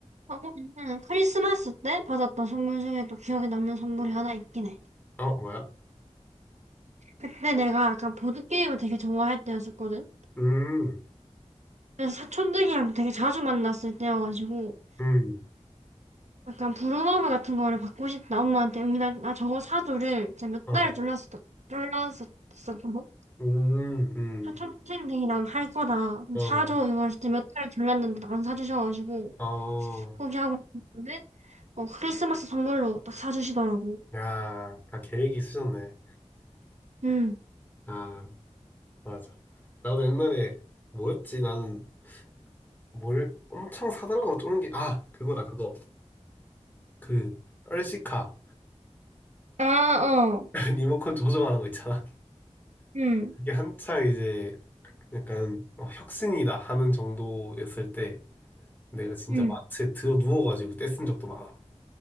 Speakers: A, on the right; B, on the left.
A: 어, 응. 크리스마스 때 받았던 선물 중에 또 기억에 남는 선물이 하나 있긴 해.
B: 어, 뭐야?
A: 그때 내가 약간 보드게임을 되게 좋아할 때였었거든.
B: 음,
A: 사촌들이랑 되게 자주 만났을 때여가지고
B: 음,
A: 약간 브루노브 같은 거를 받고 싶다 엄마한테 우리 나, 나 저거 사줘를 진짜 몇
B: 어,
A: 달을 졸렸었졸렸었거든
B: 음, 음,
A: 사촌 동생들이랑 할 거다 그럼
B: 어,
A: 사줘 이걸 진짜 몇 달을 졸렸는데 안 사주셔가지고
B: 어,
A: 포기하고 있었는데 어 크리스마스 선물로 딱 사주시더라고
B: 야, 다 계획이 있으셨네.
A: 응
B: 아. 맞아. 나도 옛날에 뭐였지? 나는 뭘 엄청 사달라고 쪼는 게, 아, 그거다, 그거. 그, 얼씨카.
A: 아 어
B: <laughs> 리모컨 조정하는 거 있잖아.
A: 응
B: 그게 한창 이제 약간 어, 혁신이다 하는 정도였을 때 내가 진짜
A: 응
B: 마트에 들어 누워가지고 떼쓴 적도 많아.